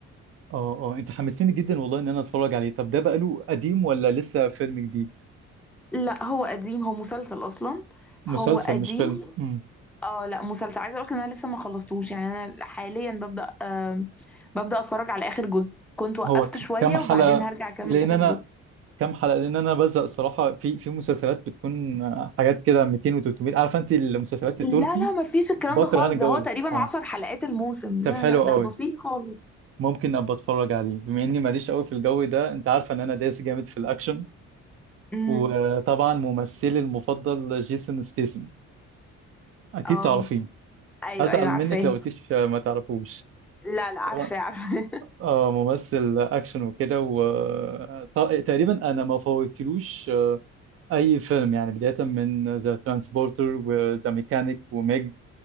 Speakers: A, on the right; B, in the centre.
A: اه اه انت حمسيني جدا والله ان انا اتفرج عليه طب ده بقاله قديم ولا لسه فيلم جديد
B: لا هو قديم هو مسلسل أصلا
A: مسلسل
B: هو قديم
A: مش فيلم مم.
B: اه لا مسلسل عايزه اقولك ان انا لسه ما خلصتوش يعني انا حاليا ببدا آه ببدا اتفرج على اخر جزء كنت وقفت
A: هو ك-
B: شويه
A: كام حلقة
B: وبعدين هرجع اكمل
A: لأن
B: اخر
A: أنا
B: جزء
A: كام حلقة لأن أنا بزهق الصراحة في في مسلسلات بتكون آه، حاجات كده 200 و300 عارفة أنت المسلسلات التركي
B: لا لا ما فيش الكلام
A: بكره
B: ده خالص
A: أنا الجو
B: ده هو
A: ده
B: تقريبا
A: أه
B: عشر حلقات الموسم
A: طب
B: لا
A: حلو
B: لا ده
A: قوي
B: بسيط خالص
A: ممكن أبقى أتفرج عليه بما إني ماليش قوي في الجو ده أنت عارفة إن أنا دايس جامد في الأكشن
B: امم
A: وطبعا ممثلي المفضل جيسون ستيسم أكيد
B: اه
A: تعرفين
B: ايوه
A: أزعل
B: ايوه عارفاه
A: منك لو قلتيش آه، ما تعرفوش
B: لا لا عارفاه
A: طبعا
B: عارفاه
A: اه ممثل اكشن وكده و آه، ط- تقريبا انا ما فوتلوش اي فيلم يعني بدايه من ذا ترانسبورتر وذا ميكانيك وميج